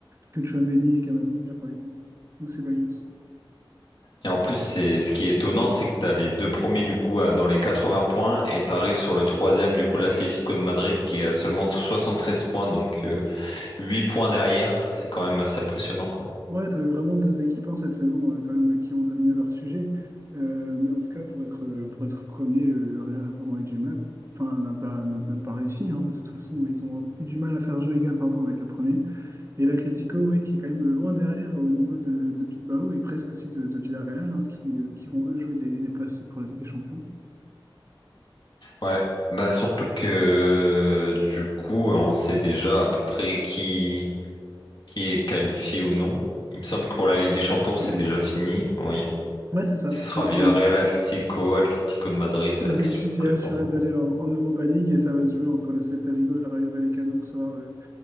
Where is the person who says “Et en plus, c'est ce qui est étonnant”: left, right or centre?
Left